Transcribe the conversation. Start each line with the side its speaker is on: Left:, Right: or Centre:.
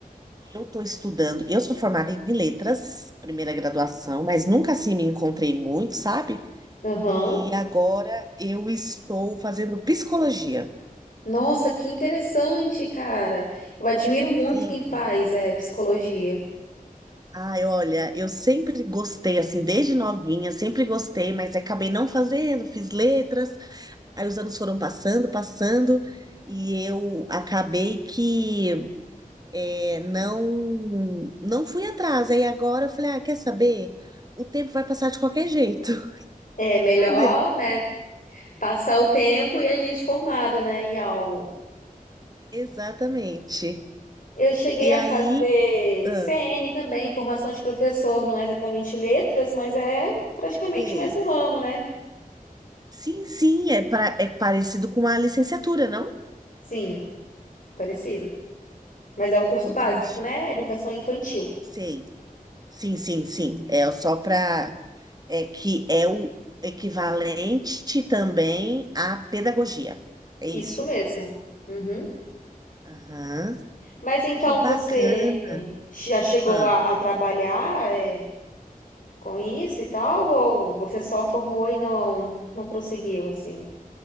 Right: Eu estou estudando, eu sou formada em letras, primeira graduação, mas nunca assim me encontrei muito, sabe?
Left: Aham.
Right: E agora eu estou fazendo psicologia.
Left: Nossa, que interessante, cara. Eu admiro muito
Right: Sim.
Left: quem faz é, psicologia.
Right: Ai, olha, eu sempre gostei, assim, desde novinha, sempre gostei, mas acabei não fazendo, fiz letras, aí os anos foram passando, passando, e eu acabei que é, não, não fui atrás. Aí agora eu falei, ah, quer saber? O tempo vai passar de qualquer jeito. <laughs> Vou
Left: É melhor,
Right: fazer.
Left: né, passar o tempo e a gente formada, né, em algo.
Right: Exatamente.
Left: Eu cheguei
Right: E
Left: a
Right: aí,
Left: fazer
Right: ah,
Left: CN também, formação de professor, não é exatamente letras, mas é praticamente
Right: sei.
Left: o mesmo ramo, né?
Right: Sim, sim, é, pra, é parecido com a licenciatura, não?
Left: Sim, parecido. Mas é o curso
Right: Entendi.
Left: básico, né? Educação infantil.
Right: Sei. Sim, sim, sim. É só para. É que é o equivalente também à pedagogia. É isso.
Left: Isso mesmo. Uhum.
Right: Aham.
Left: Mas então
Right: Que bacana.
Left: você já chegou
Right: Ah,
Left: a, a trabalhar é, com isso e tal? Ou você só formou e não, não prosseguiu, assim?